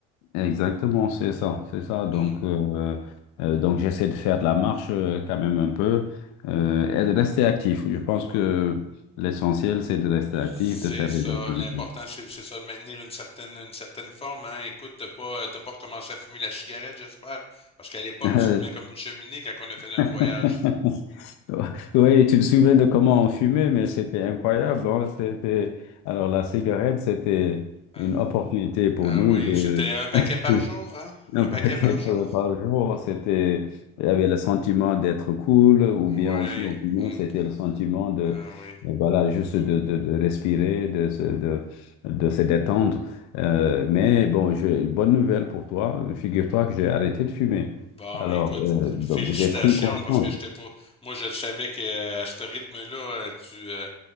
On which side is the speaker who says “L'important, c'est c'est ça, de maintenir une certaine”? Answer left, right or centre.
Left